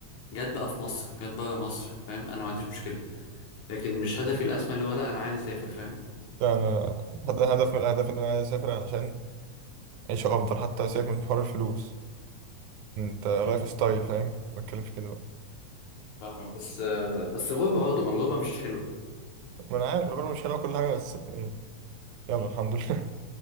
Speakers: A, on the left; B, on the right.
A: جت بقى في مصر جت بره مصر فاهم انا ما عنديش مشكله لكن مش هدفي الاسمى اللي هو لا انا عايز اسافر فاهم
B: ده انا هد- هدف من الاهداف ان انا عايز اسافر عشان عيشه افضل حتى سيبك من حوار الفلوس انت لايف
A: مم،
B: ستايل فاهم بتكلم في كده بقى
A: فاهمك بس آه، بس غربه برضه ما الغربه مش حلوه
B: ما انا عارف الغربه مش حلوه كل حاجه بس إيه، يلا الحمد لله